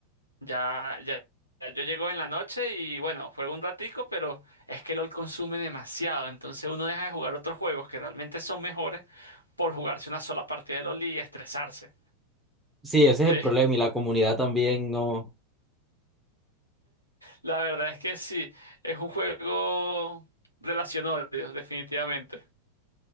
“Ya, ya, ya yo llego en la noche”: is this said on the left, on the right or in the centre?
Right